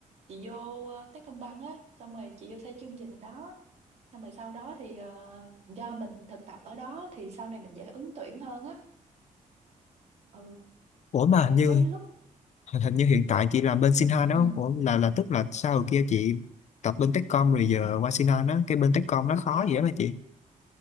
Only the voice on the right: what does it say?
chị vô ờ, Techcombank á, xong rồi chị vô xây chương trình đó xong rồi sau đó thì ờ, do mình thực tập ở đó thì sau này mình dễ ứng tuyển hơn á ừ
Ờ,
cái lúc
ừ,
ừ,
có